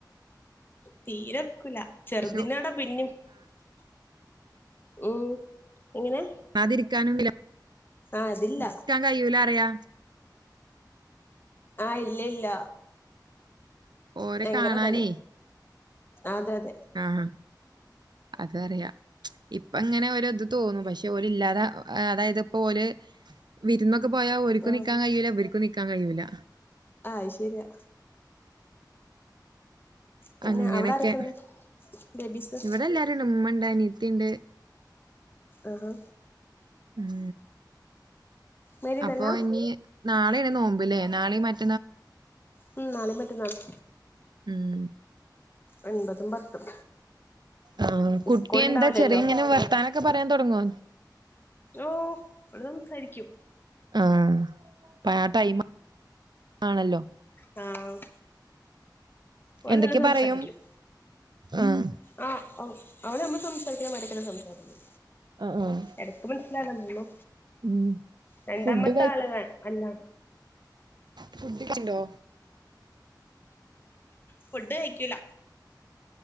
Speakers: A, on the left; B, on the right.
A: തീരെ ഒക്കൂല ചെറുതിനോടാ
B: ശോ
A: പിന്നിം ഉം എങ്ങനെ
B: ആതിരിക്കാനും വില <inaudible>
A: ആഹ് അതില്ല
B: ഇക്കാൻ കയ്യൂലറയാ
A: ആ ഇല്ല ഇല്ല
B: ഓരെ
A: ഭയങ്കര
B: കാണാനേ
A: ഇതാണ് അതെ അതെ
B: ആഹ് അതറിയാ ഇപ്പൊങ്ങനെ ഒര് ഇത് തോന്നും പക്ഷേ ജോലില്ലാതെ അതായത് ഇപ്പോ ഓല് വിരുന്നൊക്കെ പോയാ ഓരുക്കും
A: ആഹ്
B: നിക്കാൻ കയ്യൂല ഇവര്ക്കും ക്കും നിക്കാൻ കയ്യൂല്ല
A: അയ് ശെരിയാ പിന്നെ
B: അങ്ങനെക്കെ
A: അവിടെ ആരൊക്കെണ്ട് ബേബീസ്
B: ഇവിടെ എല്ലാരുംണ്ട് ഇമ്മണ്ട് അനിയത്തി ഇണ്ട്
A: ആഹാ
B: ഉം
A: മാരീഡ്
B: അപ്പൊ
A: അല്ല
B: ഇനി നാളേണ് നോമ്പ് ല്ലേ നാളിം മറ്റ
A: ഉം നാളിം മറ്റന്നാളും
B: ഉം
A: ഒൻപതും പത്തും
B: ആ കുട്ടി
A: സ്കൂൾ ഉണ്ടാവൂലല്ലോ
B: എന്താ ചെറിയ ഇങ്ങനെ വർ ത്താനൊക്കെ പറയാൻ തൊടങ്ങോ
A: ഓഹ് ഓള് സംസാരിക്കും
B: ആഹ് അപ്പൊ ആ ടൈം ആണല്ലോ
A: ഉം ഓള്
B: എന്തൊക്കെ
A: നല്ലോം സംസാരിക്കും
B: പറയും ആഹ്
A: ആ അവള് നമ്മള് സംസാരിക്കണ മാരിയൊക്കെ തന്നെ സംസാരിക്കും
B: ആഹ് ആഹ്
A: എടക്ക് മനസിലാവൂലന്നൊള്ളു
B: ഉം
A: രണ്ടാമത്തെ
B: ഫുഡ്
A: ആള് ആ അല്ലാ
B: ഫുഡൈയ്ച്ച്ണ്ടോ
A: ഫുഡ് കയ്ക്കൂല